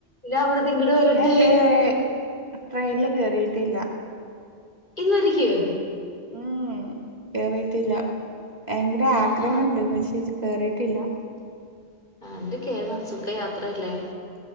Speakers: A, on the left; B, on the right.
A: അവിടുന്ന് ഇങ്ങോട്ട് വരട്ടെ
B: ഞാൻഇതുവരെ ട്രെയിനില് കേയറിയിട്ടില്ല
A: ഇതുവരക്കയൊ
B: ഉം കേറിയിട്ടില്ല ഭയങ്കര ആഗ്രഹംണ്ട്
A: ആഹാ
B: പക്ഷേ കേറിയിട്ടില്ല
A: ആഹ് എന്ത് കേറണം സുഖയാത്രയല്ലേ